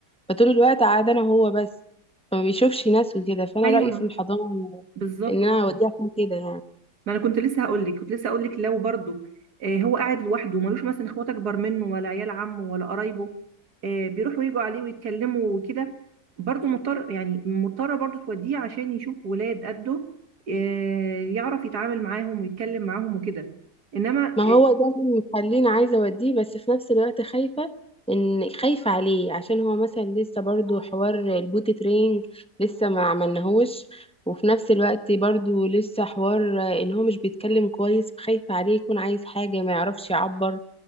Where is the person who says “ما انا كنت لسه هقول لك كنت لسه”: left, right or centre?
Right